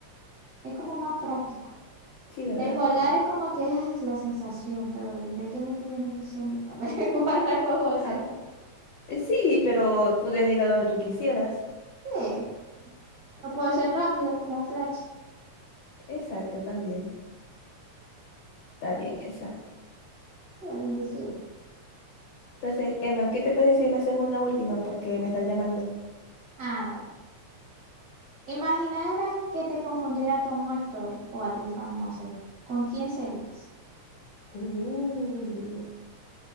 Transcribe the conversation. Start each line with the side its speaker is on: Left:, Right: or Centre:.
Right: es como más práctico.
Left: Sí, ¿verdad?
Right: El volar
Left: Y-
Right: es como que ay, es la sensación, pero ¿de qué me estoy beneficiando para jugar <laughs> algo juego? de ser
Left: ah, eh, sí, pero podrías llegar a donde tú quisieras.
Right: Sí, lo puedo hacer rápido como Flash,
Left: Exacto, también. Está bien esa.
Right: o el invisible.
Left: Entonces, Emma, ¿qué te parece si me haces una última? Porque me están llamando.
Right: Ah, bueno. Imaginara que te confundiera con un actor o actriz famoso. ¿Con quién serías?
Left: Uh,